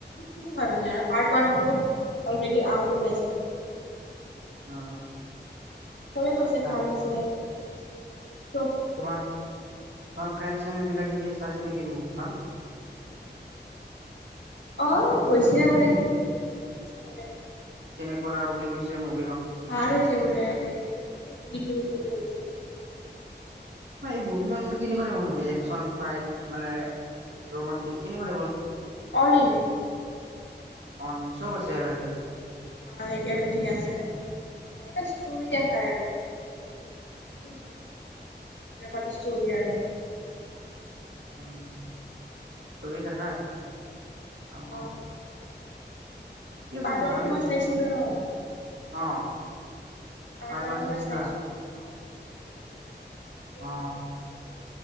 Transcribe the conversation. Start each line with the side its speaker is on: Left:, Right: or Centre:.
Left: টো হয় মানে আৰু পাৰত ওৱান খন অলৰেদি আগতে ওলাইছিলে।
Right: অ।
Left: চবে কৈছে
Right: আচ্ছা
Left: ভাল হৈছে। চব
Right: তোমাৰ, অ' <unintelligible> ফ্ৰেণ্ চেন বিলাকে কি চাইছে নেকি মুভিখন?
Left: <unintelligible> অ' গৈছিলে বোলে। চাবলৈ,
Right: কেনেকুৱা লগা বুলি কৈছে মোভি
Left: ভাল হৈছে বোলে। ঠিক লাগিছে,
Right: এই মুভি মান কেনেকোৱা তাইপৰ মুভি, একচন, ফাইট মানে ৰোমান্টিক কেনেকোৱা?
Left: All in.
Right: অল ইন চব আছে আৰু ইয়াতে।
Left: লাইক এভ্ৰিথিং আছে, এনেটা ষ্টৰি দেখাই আৰু তেনেকুৱা এটা ষ্টৰি আৰু।
Right: উম' ছবি দেখায় অ'
Left: আহ
Right: ঠিকেচোন
Left: পাৰ্ট ওৱান
Right: ভালেচোন
Left: টো মই চাইছিলো ন'।
Right: অ'। পাৰ্ট
Left: কাৰটো
Right: ওৱান চাইছিলা
Left: মই চাইছো অ'। উম। <unintelligible>
Right: অ